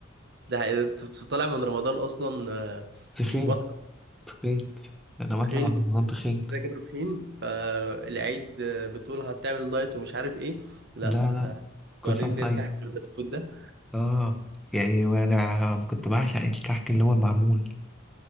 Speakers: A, on the right; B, in the centre.
A: ده حقيقي. انت طالع من رمضان اصلا آه،
B: <laughs> تخين
A: مش مبطل
B: تخين انا بطلع
A: تخين
B: من رمضان تخين
A: كده كده تخين فالعيد آه، بتقول هتعمل دايت ومش عارف ايه لا
B: لا لا
A: آه،
B: قسم
A: وريني
B: طيب
A: الكحك والبسكوت ده
B: اه يعني وانا كنت بعشق الكحك اللي هو المعمول